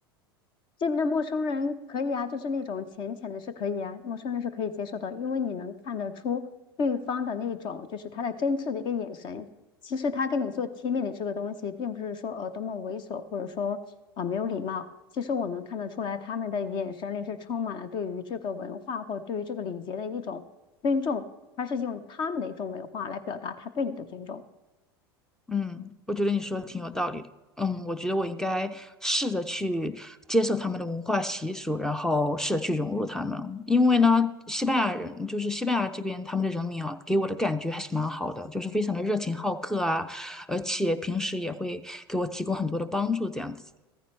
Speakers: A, on the left; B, in the centre.
A: 这边的陌生人可以啊，就是那种浅浅的是可以啊，陌生人是可以接受的，因为你能看得出对方的那种就是他的真挚的一个眼神。其实他跟你做贴面礼这个东西，并不是说呃多么猥琐，或者说啊、呃没有礼貌。其实我能看得出来，他们的眼神里是充满了对于这个文化或对于这个礼节的一种尊重，他是用他们的一种文化来表达他对你的尊重。
B: 嗯，我觉得你说的挺有道理的。嗯，我觉得我应该试着去接受他们的文化习俗，然后试着去融入他们。因为呢，西班牙人就是西班牙这边他们的人民啊，给我的感觉还是蛮好的，就是非常的热情好客啊，而且平时也会给我提供很多的帮助，这样子。